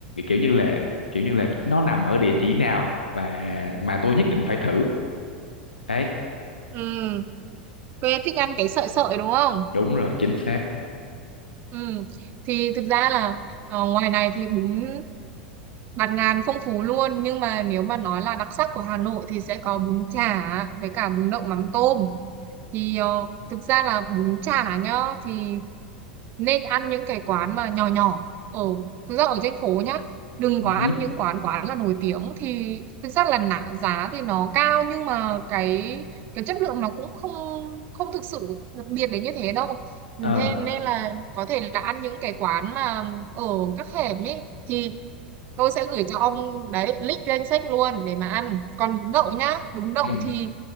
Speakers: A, on the left; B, on the right.
A: kiểu như là kiểu như là nó nằm ở địa chỉ nào và mà tôi nhất định phải thử đấy
B: Ừ, quê thích ăn cái sợi sợi đúng không?
A: đúng rồi chính xác
B: Ừ. Thì thực ra là ờ, ngoài này thì bún bạt ngàn phong phú luôn nhưng mà nếu mà nói là đặc sắc của Hà Nội thì sẽ có bún chả với cả bún đậu mắm tôm. Thì ờ, thực ra là bún chả nhá thì nên ăn những cái quán mà nhỏ nhỏ ở thực ra ở trên phố nhá đừng
A: ừ
B: có ăn
A: hử,
B: những quán quán là nổi tiếng thì thực ra là nạ, giá thì nó cao nhưng mà cái cái chất lượng nó cũng không không thực sự đặc biệt đến như thế đâu
A: ờ
B: thế nên là có thể là ăn những cái quán mà ở các hẻm ấy thì tôi sẽ gửi cho ông đấy link lên sách luôn để mà ăn còn bún đậu nhá bún đậu
A: ừ
B: thì